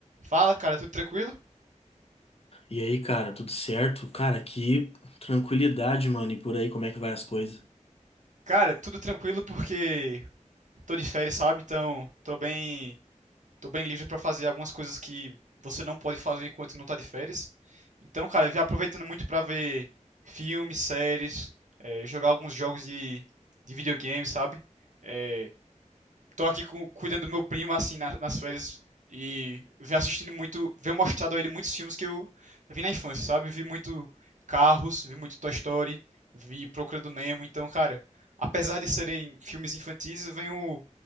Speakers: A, on the right (about 75°); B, on the left (about 50°).
A: Fala, cara, tudo tranquilo?
B: E aí, cara, tudo certo? Cara, que tranquilidade, mano. E por aí, como é que vai as coisas?
A: Cara, tudo tranquilo porque tô de férias, sabe? Então, tô bem, tô bem livre pra fazer algumas coisas que você não pode fazer enquanto não tá de férias. Então, cara, eu vim aproveitando muito pra ver filmes, séries, eh, jogar alguns jogos de, de videogame, sabe? Eh, tô aqui com- cuidando do meu primo, assim, na- nas férias. E venho assistindo muito, venho mostrado a ele muitos filmes que eu vi na infância, sabe? Vi muito Carros, vi muito Toy Story, vi Procurando Nemo. Então, cara, apesar de serem filmes infantis, eu venho,